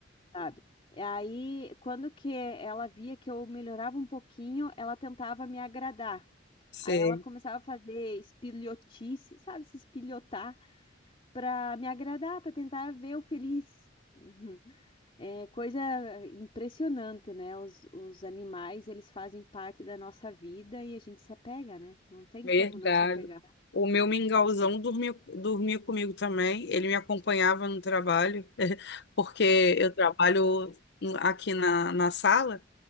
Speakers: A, on the left; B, on the left.
A: sabe? E Aí, quando que ela via que eu melhorava um pouquinho, ela tentava me agradar.
B: sei.
A: Aí ela começava a fazer espilhotice, sabe, se espilhotar para me agradar, para tentar ver o feliz. Uhum. É coisa impressionante, né? Os, os animais, eles fazem parte da nossa vida e a gente se apega, né? Não tem
B: Verdade.
A: como não se apegar.
B: O meu mingauzão dormia, dormia comigo também. Ele me acompanhava no trabalho, <laughs> porque eu trabalho no- aqui na, na sala